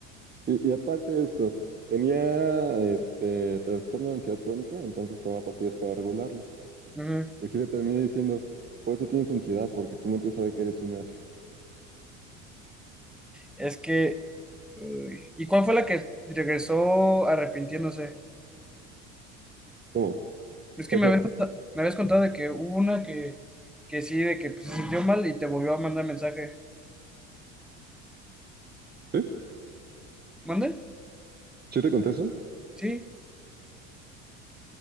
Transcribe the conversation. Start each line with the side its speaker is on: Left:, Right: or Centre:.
Right: Y, y aparte de esto, tenía este trastorno de ansiedad crónica, entonces tomaba pastillas para regularlo.
Centre: Ujú.
Right: Y sí le terminé diciendo, por eso tienes ansiedad, porque tu mente sabe que eres una...
Centre: Es que. uy. ¿Y cuál fue la que regresó arrepintiéndose?
Right: ¿Cómo?
Centre: Es que
Right: ¿Esa?
Centre: me habías, conta- me habías contado de que hubo una que, que sí, de que pues, se sintió mal y te volvió a mandar mensaje.
Right: ¿Sí?
Centre: ¿Mande?
Right: ¿Sí te conté eso?
Centre: Sí.